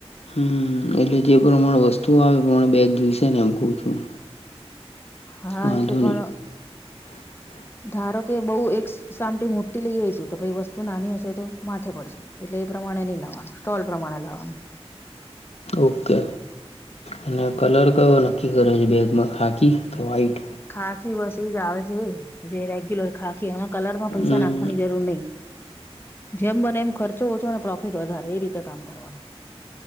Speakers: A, on the left (about 75°); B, on the left (about 20°).
A: હમ. એટલે જે પ્રમાણે વસ્તુ આવે એ પ્રમાણે બેગ જોઈશે ને એમ ક છું.
B: હા
A: વાંધો
B: એટલે પણ
A: <inaudible>
B: ધારો કે બઉુ એક સામટી મુટી લઈ આવીઈશું તો ભાઈ વસ્તુ નાની હશે તો માથે પડશે. એટલે એ પ્રમાણે નહી લાવવાનું સ્ટોલ પ્રમાણે લાવવાનું.
A: ઓકે, અને કલર કયો નક્કી કરે છે બેગમાં હાકી કે વ્હાઈટ?
B: ખાખી બસ એજ આવે છે, જે રેગ્યુલર ખાખી એમાં કલર માં પૈસા
A: હમ
B: નાખવાની જરૂર નહી. જેમ બને એમ ખર્ચો ઓછો અનેને પ્રોફિટ વધારે એ રીતે કામ કરવાનું.